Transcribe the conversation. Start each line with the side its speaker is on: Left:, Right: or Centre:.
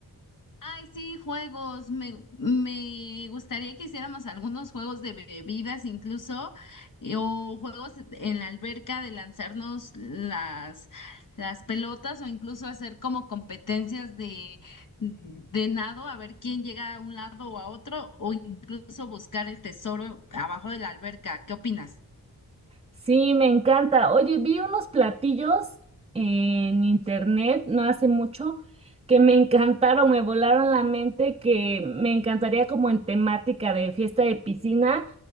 Left: Ay, sí, juegos. Me, me gustaría que hiciéramos algunos juegos de bebidas incluso, y- o juegos en la alberca de lanzarnos las, las pelotas o incluso hacer como competencias de, de nado, a ver quién llega a un lado o a otro, o incluso buscar el tesoro abajo de la alberca. ¿Qué opinas?
Right: Sí, me encanta. Oye, vi unos platillos en internet no hace mucho que me encantaron, me volaron la mente, que me encantaría como en temática de fiesta de piscina,